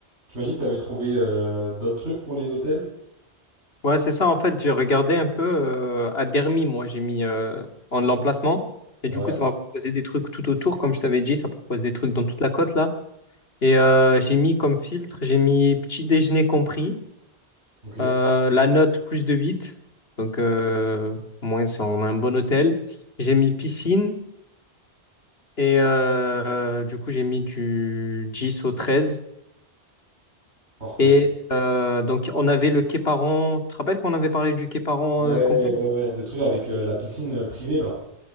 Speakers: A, on the right; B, on the left.
A: Tu m'as dit que tu avais trouvé euh, d'autres trucs pour les hôtels?
B: Ouais, c'est ça. En fait, j'ai regardé un peu euh, à Dermy, moi, j'ai mis euh, en l'emplacement. Et
A: Ouais.
B: du coup, ça m'a proposé des trucs tout autour. Comme je t'avais dit, ça propose des trucs dans toute la côte, là. Et euh, j'ai mis comme filtre, j'ai mis petit déjeuner compris,
A: Ok,
B: euh, la note plus de huit Donc, euh, au moins, c'est- on a un bon hôtel. J'ai mis piscine. Et euh, du coup, j'ai mis du 10 au treize
A: parfait.
B: Et euh, donc, on avait le Quai Parent. Tu te rappelles qu'on avait parlé du Quai Parent
A: Ouais,
B: euh, complexe?
A: ouais, ouais. Le truc avec euh, la piscine euh, privée, là.